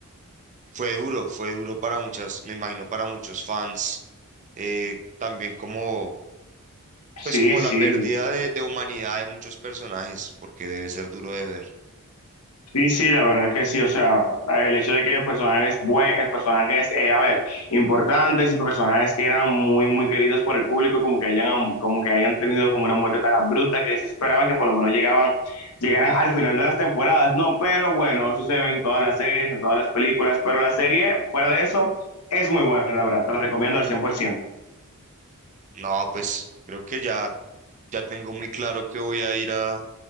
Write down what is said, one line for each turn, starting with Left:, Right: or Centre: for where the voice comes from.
Right: fue duro, fue duro para muchas, me imagino para muchos fans, eh, también como, pues
Left: Sí,
Right: como
Left: sí,
Right: la pérdida de, de humanidad de muchos personajes, porque debe ser duro de ver.
Left: sí, sí, la verdad es que sí, o sea, el hecho de que personajes buenos, personajes, eh, a ver, importantes y personajes que eran muy, muy queridos por el público, como que hayan, como que hayan tenido como una muerte tan abrupta que se esperaba que por lo menos llegaban, llegaran al final de las temporadas, no, pero bueno, eso se ve en todas las series, en todas las películas, pero la serie, fuera de eso, es muy buena, la verdad, te la recomiendo al cien por ciento.
Right: No, pues creo que ya, ya tengo muy claro que voy a ir a